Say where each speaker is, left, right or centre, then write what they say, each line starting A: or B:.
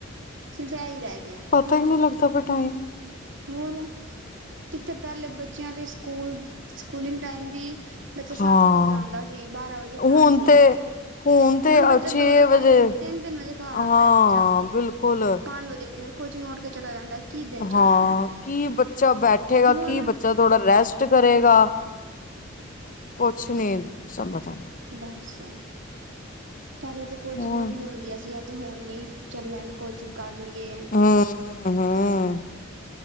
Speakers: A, on the right; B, on the left.
A: ਸਿਰਫ ਇਹ ਈ ਰਹਿ ਗਿਆ।
B: ਤਾ ਹੀ ਨਹੀਂ ਲਗਦਾ ਪਿਆ ਟਾਈਮ।
A: ਹੋਰ, ਕਿੱਥੇ ਪਹਿਲੇ ਬੱਚਿਆਂ ਦੀ ਸਕੂਲ, ਸਕੂਲਿੰਗ ਟਾਈਮ ਵੀ ਬੱਚਾ ਸੱਤ
B: ਹਾਂ
A: ਵਜੇ ਜਾਂਦਾ ਸੀ, ਬਾਰਾਂ ਵਜੇ
B: ਹੁਣ
A: ਘਰ ਸੀ।
B: ਤੇ ਤੇ
A: ਹੁਣ ਬੱਚਾ
B: ਛੇ
A: ਦੋ -ਦੋ
B: ਵਜੇ
A: ਢਾਈ -ਢਾਈ ਤਿੰਨ -ਤਿੰਨ ਵਜੇ ਘਰ
B: ਹਾਂ
A: ਆਉਂਦਾ ਐ ਬੱਚਾ,
B: ਬਿਲਕੁਲ
A: ਪੰਜ ਵਜੇ ਫਿਰ ਕੋਚਿੰਗ ਉੱਠ ਕੇ ਚਲਾ ਜਾਂਦਾ, ਕੀ ਦਿਨ ਚੱਲ
B: ਹਾਂ
A: ਰਹੇ ਨੇ।
B: ਕੀ ਬੱਚਾ ਬੈਠੇਗਾ,
A: ਹੋਰ
B: ਕੀ ਬੱਚਾ ਥੋੜ੍ਹਾ ਰੈਸਟ ਕਰੇਗਾ। ਕੁਛ ਨ੍ਹੀ ਸਮਝ ਆਂਦਾ
A: ਦੱਸ ਪਹਿਲੇ ਤਾਂ ਕੋਚਿੰਗਾਂ
B: ਆਉਂਦਾ
A: ਵੀ ਨਹੀਂ ਹੁੰਦੀਆਂ ਸੀ ਏ ਤੇ ਹੁਣ ਈ <unintelligible> ਕੋਚਿੰਗ ਕਰ ਲਈ ਏ
B: ਹੁੰ, ਹੁੰ,